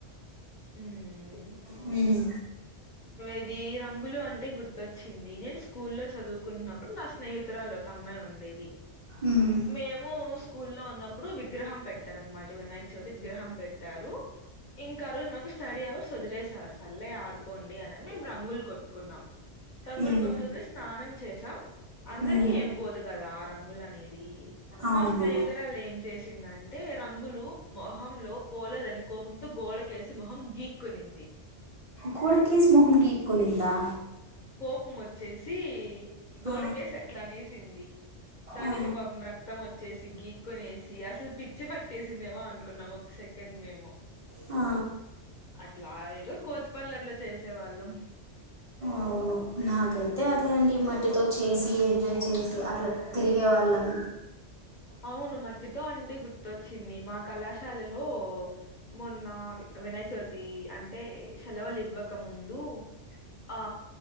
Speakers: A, on the left (about 50°); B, on the right (about 35°).
A: హ్మ్.
B: మ్
A: ఇది రంగులు అంటే గుర్తొచ్చింది నేను స్కూల్లో చదువుకున్నప్పుడు నా స్నేహితు త్తరాలు ఒక అమ్మాయి ఉండేది
B: మ్మ్.
A: మేము స్కూల్లో ఉన్నప్పుడు విగ్రహం పెట్టారు అనమాట వినాయక చవితి విగ్రహం పెట్టారు ఇంకా ఆ రోజు మాకు స్టడీ అవర్స్ వదిలేసారు సల్లె ఆడుకోండి అనని మేము రంగులు కొట్టుకున్నాం రంగులు
B: మ్మ్.
A: కొట్టురు స్నానం చేసాం అందరికిీ
B: మ్మ్.
A: ఏం పోదు కదా ఆర రంగులనేది
B: అవును
A: మా స్నేహితురాళ్లు ఏం చేస్ చ్చిందంటే రంగులు మొహంలో పోలేదని కోపంతో గోడకేసి మొహం గీక్కునింది
B: గోడకేసి మొహం గీక్కునిందా
A: పం వచ్చేసి గోడకేస్
B: ఆ,
A: అట్లా అనేసింది దానికి
B: ఆ,
A: పాపం రక్తం వచ్చేసి గీక్ కునేసి అసలు పిచ్చి పట్టేసిందేమో అనుకున్నాం ఒక సెకండ్ మేము
B: ఆ
A: అట్లా ఏదో కోతిపనులు అట్లా చేసే వాళ్ళం
B: అవును నాకైతే అదే అండి మట్టితో చేసి ఎంజాయ్ చేసి అట్లా తిరిగే వాళ్ళం
A: అవును మట్టితో అంటే గుర్తొచ్చింది మా కళాశాలలో మొన్న వినయక చవితి అంటే సెలవులు ఇవ్వ క ముందు ఆ